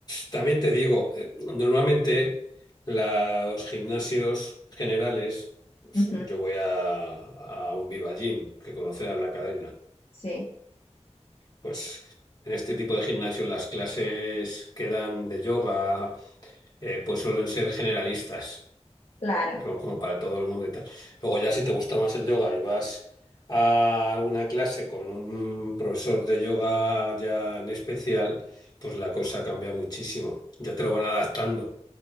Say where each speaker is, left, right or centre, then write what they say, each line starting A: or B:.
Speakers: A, on the left (about 35°); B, on the left (about 55°).
A: también te digo, eh, normalmente los gimnasios generales, pues,
B: ujú,
A: yo voy a, a un Viva Gym, que conocerás la cadena.
B: sí,
A: Pues en este tipo de gimnasios las clases que dan de yoga, eh, pues suelen ser generalistas
B: claro.
A: como, como para todo el mundo y tal. Luego ya si te gusta más el yoga y vas a alguna clase con un profesor de yoga ya en especial, pues la cosa cambia muchísimo. Ya te lo van adaptando.